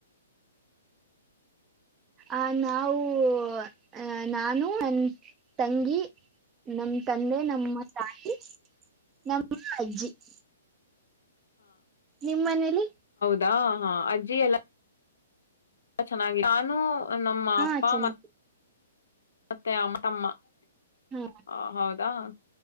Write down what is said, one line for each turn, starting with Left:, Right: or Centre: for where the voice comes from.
Left: -
Right: ಆ ನಾವು ಅ ನಾನು ನನ್ ತಂಗಿ, ನಮ ತಂದೆ ನಮ್ಮ ತಾಯಿ, ನಮ್ಮ ಅಜ್ಜಿ, - ನಿಮ್ಮ್ ಮನೇಲಿ., -
Left: ದಾ ಹಾ ಅ್ ಅಲ್ಲ <inaudible> ಚೆನ್ನ ನಾನು <unintelligible> ನಮ್ಮ
Right: ಹಾ
Left: ಅಪ್ಪಾ,
Right: ಚೆನ್ನಾಗಿ
Left: ಮ- ಮತ್ತೆ ಅಮ್ಮ, ತಮ್ಮ, -
Right: ಹಾ
Left: ಹ, ಹೌದು,,, ಹಾ <inaudible>